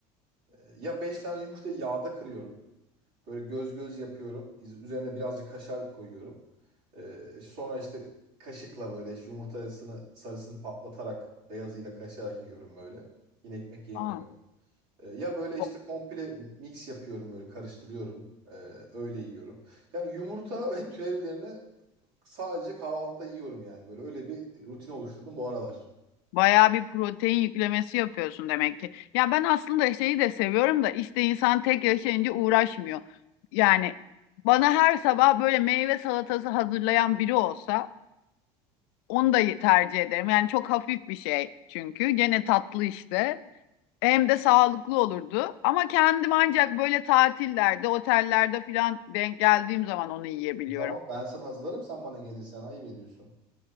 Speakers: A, on the right; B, on the left.
A: Ee, ya 5 tane yumurtayı yağda kırıyorum. Böyle göz göz yapıyorum. İz- Üzerine birazcık kaşar koyuyorum. Ee, işte sonra işte kaşıkla böyle işte yumurtasını sarısını patlatarak beyazıyla kaşarak yiyorum böyle. Yine ekmek yemiyorum.
B: Aa,
A: Ee, ya böyle işte
B: o-
A: komple mix yapıyorum böyle karıştırıyorum. Ee, öyle yiyorum. Yani yumurta <laughs> ve türevlerini sadece kahvaltıda yiyorum yani. Böyle öyle bir rutin oluşturdum bu aralar.
B: bayağı bir protein yüklemesi yapıyorsun demek ki. Ya ben aslında şeyi de seviyorum da işte insan tek yaşayınca uğraşmıyor. Yani bana her sabah böyle meyve salatası hazırlayan biri olsa onu da tercih ederim. Yani çok hafif bir şey çünkü. Gene tatlı işte. Hem de sağlıklı olurdu. Ama kendim ancak böyle tatillerde, otellerde falan denk geldiğim zaman onu yiyebiliyorum.
A: Tamam ben sana hazırlarım sen bana gelirsen ayıp ediyorsun.